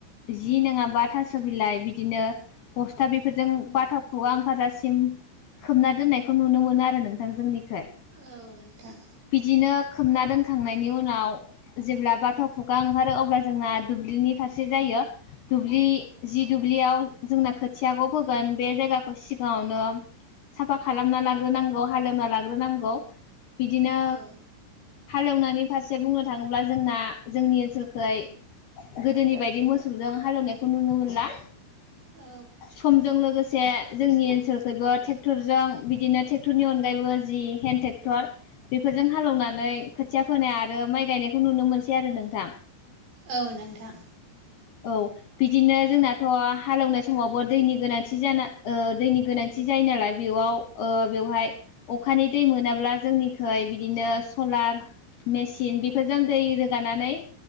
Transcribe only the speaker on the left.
जि नङाबा थास' बिलाइ बिदिनो बस्था बेफोरजों बाथा खुवा ओंखारजासिम खोबना दोननायखौ नुनो मोनो आरो नोंथां जोंनि जाय
बिदिनो खोमना दोनखांनायनि उनाव जेब्ला बा थाव खुगा ओंखारो अब्ला जोंना दुब्लिनि फारसे जायो। दुब्लि जि दुब्लियाव जोंना खोथियाखौ फोगोन बे जायगाखौ सिगाङावनो साफा खालामना लाग्रोनांगौ हालेवना लाग्रोनांगौ। बिदिनो
हालेवनायनि फारसे बुंनो थाङोब्ला जोंना जोंनि ओनसोलखहाय गोदोनि बायदि मोसौजों हालेवनायखौ नुनो मोनला
समजों लोगोसे से जोंनि ओनसोलखबो ट्रेक्टरजों बिदिनो ट्रेक्टरनि अनगायैबो जि हेन्दड ट्रेक्टर बेफोरजों हालेवनानै खोथिया फोनाय आरो माइ गायनायखौ नुनो मोनसै आरो नोंथां।
औ बिदिनो जोंनाथ' हालौवनाय समावबो दैनि गोनांथि जाना दैनि गोनांथि जायो नालाय बेयाव ओ बेहाय अखानि दै मोनाब्ला जोंनि बिदिनो ब्लार मिसिं बेफोरजों दै रो गानानै